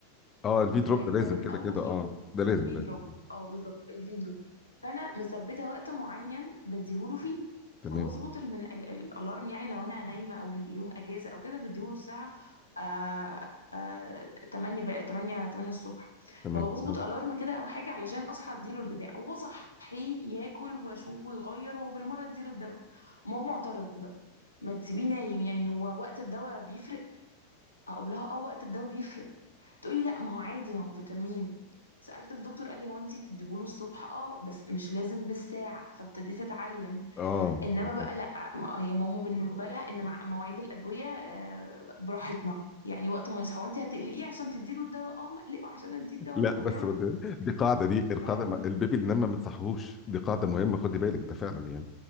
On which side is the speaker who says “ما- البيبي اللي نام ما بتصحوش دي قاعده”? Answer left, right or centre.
Left